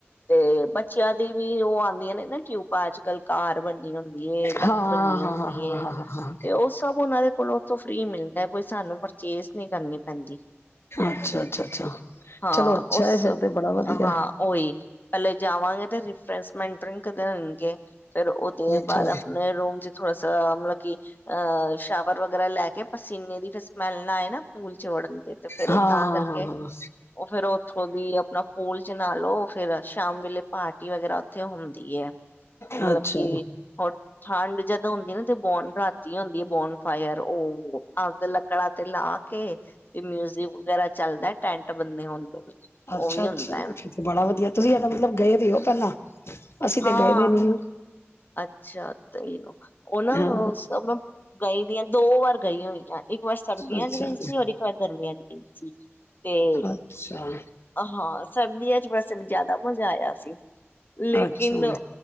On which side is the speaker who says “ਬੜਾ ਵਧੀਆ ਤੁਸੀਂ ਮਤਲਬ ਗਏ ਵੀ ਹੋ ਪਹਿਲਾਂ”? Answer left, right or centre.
Left